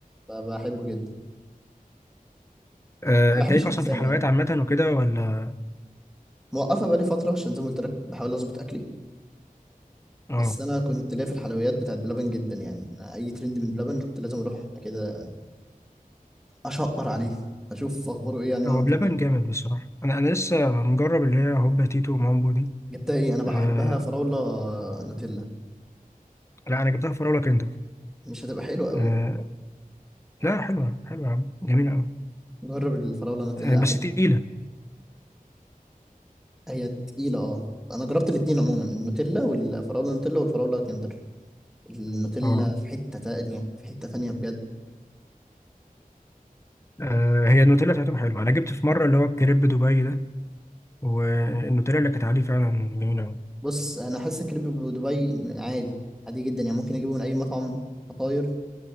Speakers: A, in the centre; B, on the left.
A: فبحبه جدا
B: آه،
A: ما
B: انت
A: بحبش
B: ليك
A: الدسامه
B: اصلا في الحلويات
A: يعني
B: عامه وكده ولا
A: موقفه بقالي فتره عشان زي ما قلت لك بحاول اظبط اكلي
B: اه
A: بس انا كنت ليا في الحلويات بتاعت بلبن جدا يعني أنا اي ترند من بلبن كنت لازم اروح كده اشقر عليه اشوف اخباره ايه يعني واعمل
B: هو بلبن
A: ريفيو
B: جامد بصراحه انا انا لسه مجرب اللي هي هوبا تيتو ومامبو دي
A: جبتها ايه انا بحبها
B: آه،
A: فراوله نوتيلا
B: لا انا جبتها في راولا كندر
A: مش هتبقى حلوه قوي
B: آه لا حلوه حلوه يا عم جميله قوي
A: جرب الفراوله نوتيلا
B: آه بس
A: احلى
B: تقيله
A: هي تقيله اه انا جربت الاتنين عموما النوتيلا والفراوله نوتيلا والفراوله كندر النوتيلا
B: اه
A: في حته تانية في حته تانية بجد
B: آه، هي النوتيلا بتاعتهم حلوه انا جبت في مره اللي هو الكريب دبي ده والنوتيلا اللي كانت عليه فعلا جميله قوي
A: بص انا حاسس كريب دبي عادي عادي جدا يعني ممكن اجيبه من اي مطعم فطاير